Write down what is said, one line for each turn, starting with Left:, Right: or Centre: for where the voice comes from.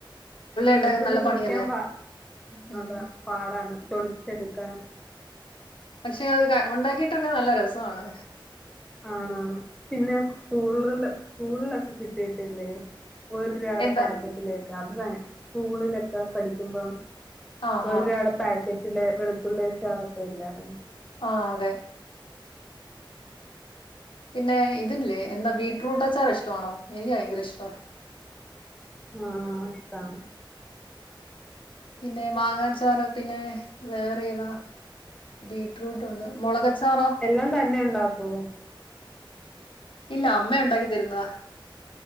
Centre: വെളുത്തുള്ളി
Left: ഉണ്ടാക്കാൻ നല്ല
Centre: പെളിക്കാൻ
Left: പണിയല്ലേ.
Centre: പാ
Left: ഉം
Centre: അതാ പാടാണ് തെളിച്ചെടുക്കാൻ
Left: പക്ഷെ അത് ഉണ്ടാക്കിയിട്ടുണ്ടങ്കിൽ നല്ല രസമാണ്
Centre: ആണ് ആണ് പിന്നെ സ്കൂളിൽ സ്കൂളിലൊക്കെ കിട്ടിയിട്ടില്ലേ ഒരു രൂപയുടെ
Left: എന്താ
Centre: പാക്കറ്റിലേക്ക് അത് വ സ്കൂളിലൊക്കെ പഠിക്കുമ്പം
Left: ആഹ്
Centre: ഒരു
Left: ആഹ്
Centre: രുപയുടെ പാക്കറ്റില് വെളുത്തുള്ളിയച്ചാറൊക്കെ ഇല്ലായിരുന്നേ
Left: ആഹ് അതെ പിന്നെ ഇതില്ലേ എന്താ ബീറ്റ്റൂട്ട് അച്ചാർ ഇഷ്ടമാണോ എനിക്ക് ഭയങ്കര ഇഷ്ടവാ
Centre: ആഹ് അത് ഇഷ്ടാണ്
Left: പിന്നെ മാങ്ങാച്ചാർ പിന്നെ വേറെ ഏതാ ബീറ്റ്റൂട്ടുണ്ട് മുളകച്ചാറോ
Centre: എല്ലാം തന്നെ ഇണ്ടാക്കൂവോ
Left: ഇല്ല അമ്മ ഉണ്ടാക്കി തരുന്നതാ